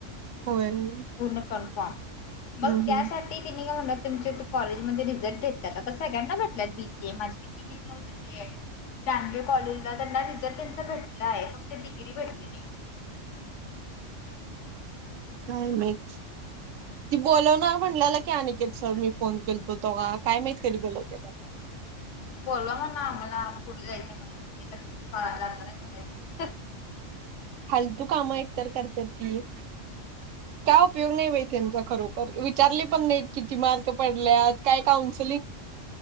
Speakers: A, on the right (about 75°); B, on the left (about 70°).
A: होय हम्म
B: पूर्ण कन्फर्म मग
A: हम्म
B: त्यासाठी त्यांनी काय म्हंटल्यात तुमचे कॉलेजमध्ये रिझल्ट देतात, आता सगळ्यांना भेटल्या बीसीए माझे किती मित्र होते ते डांगे कॉलेजला त्यांना रिझल्ट त्यांच भेटला आहे फक्त डिग्री भेटली नाही.
A: काय माहित ती बोलवणार म्हंटल्याला की आनिकेत सर मी फोन केलतो तेव्हा, काय माहित कधी बोलवतात आता
B: बोलवा म्हणावं आम्हाला पुढे जायचंय, मी तर जाणार आहे म्हणायचं
A: फालतू काम एकतर करत्यात ती काय उपयोग नाही त्यांचा खरोखर विचारली पण नाही किती मार्क पडल्यात काय कौन्सिलिंग